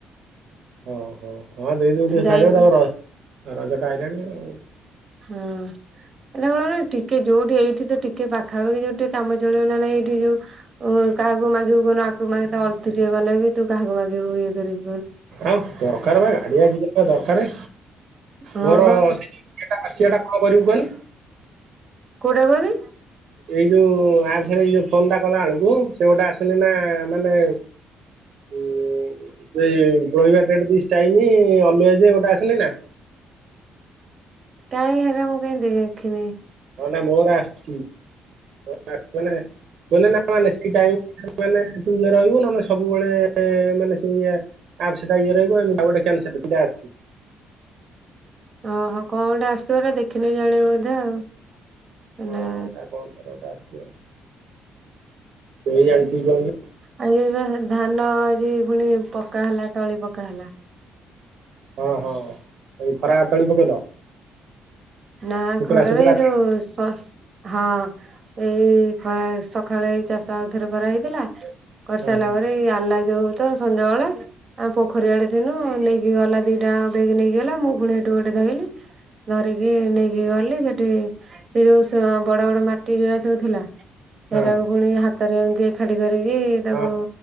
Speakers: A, on the right; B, on the right.
A: ଓହୋ! ହଁ ଦେଇଦଉ ଟେ
B: ଯାଇକି
A: ସାଢ, ଆଉ ର ରଜା ଟା ଆଇଲାଣି ଆଉ।
B: ହଁ। ଏନା କଣ ନା ଟିକେ ଯୋଉଠି ଏଇଠି ତ ଟିକେ ପାଖାପାଖି ଯୋଉ ଟିକେ କାମ ଚଳିବ ନା, ଏଇଠି ଯୋଉ ଉଁ କାହାକୁ ମାଗିବୁ କହୁନୁ, ଆକୁ ମାଗ ଅଲଥି ଟିକେ କନେବି ତୁକାହାକୁ ମାଗିବୁ ଇଏ କରିକି
A: ଆଉ, ଦରକାରବା ରାଡ଼ୁଆ ଆଜିକାଲି ଦରକାରେ।
B: ହଁ
A: ମୋର
B: ବା
A: ସେଯଉ ଇଏଟା ଆସିବାଟା କଁ କରିବୁ କଁନି।
B: କୋଉଟା କୁହନି?
A: ଏଇ ଯୋଉ ଆପସ୍ ରେ ଏଇ ଯୋଉ ଫୋନଟା କଲା ବେଳକୁ, ସେଗୋଟେ ଆସୁନିନା ମାନେ ଉଁ, ସେଇ ରହିବା ଡେଡ୍ ଦିସ୍ ଟାଇମି ଅଲୁଏଜ୍, ଗୋଟେ ଆସୁନିନା
B: କାଇଁ, ହେରା ମୁଁ କାଇଁ ଦେଖିନି?
A: ହଁ, ନା ମୋର ଆସୁଚି ମୋର ଆସୁଚି ମାନେ <unintelligible> ମାନେ ତୁଇଏ ରହିବୁ, ନହେଲେ ସବୁବେଳେ-ଏ ମାନେ ସେଇ ଇଏ ଆପ୍ସଟା ଇଏ ରହିବ ଆଉ ଗୋଟେ <unintelligible>
B: ଓହୋ କଁଗୋଟେ ଆସୁଥିବ ଏଟା ଦେଖିନେ ଜାଣିବ ବୋଧେ ଆଉ
A: ହଁ
B: ଏ
A: ଏଟା କଣ ଗୋଟେ ଆସିଚି ଆଉ ଦେଇ ଜାଣିଚି କଣ
B: ଆ ଏବେ ଧାନ ଆଜି ଫୁଣି ପକା ହେଲା ତଳି ପକା ହେଲା
A: ହଁ
B: <inaudible>
A: ହଁ ଏଇ ଖରା ତଳି ପକେଇଲ
B: ନା
A: ଶୁଖିଲା
B: ଖରାରେ
A: ଶୁଖିଲା
B: ଯୋଉ ସ ହଁ। ଏଇ ଖରା ସକାଳେ ଏଇ ଚାଷ ଆଉଥରେ କରାହଇଥିଲା କରିସାରିଲା
A: ହଁ ହଁ
B: ପରେ ଆଣିଲା ଯୋଉ ତ ସଞ୍ଜାବେଳେ ଆମେ ପୋଖରୀ ଆଡ଼େ ଥିନୁ ନେଇକି ଗଲା ଦିଟା ବେଗ୍ ନେଇକି ଗଲା ମୁଁ ପୁଣି ହେଟୁ ଗୋଟେ ଧୋଇଲି ଧରିକି ନେଇକି ଗଲି ସେଠି ସେ ଯୋଉ ସେ ବଡ଼ ବଡ଼ ମାଟିଅରା ସବୁ ଥିଲା
A: ହଁ
B: ଏରାକୁ ପୁଣି ହାତରେ ଏମିତି ଏକାଠି କରିକି ତାକୁ
A: ହଁ